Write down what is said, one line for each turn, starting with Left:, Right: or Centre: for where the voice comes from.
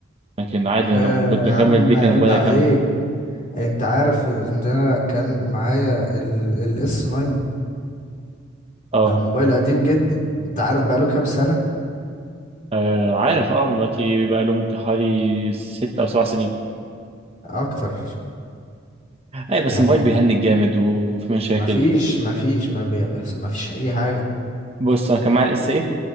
Right: لكن عادي
Left: آه
Right: انا لو كنت مكمل
Left: يا عم
Right: بيه
Left: عيب
Right: كان الموبايل
Left: عليك
Right: هيكمل
Left: انت عارف ان انا كان معايا الاس 9
Right: اه
Left: ده موبايل قديم جدا انت عارف بقاله كام سنة
Right: آه، عارف اه دلوقتي بقى له ممكن حوالي ست او سبع سنين
Left: اكتر
Right: اي بس
Left: يعني
Right: الموبايل بيهنج جامد وفي مشاكل
Left: ما فيش ما فيش ما بيحصل ما فيش اي حاجه
Right: بص انا كان معايا الاس 8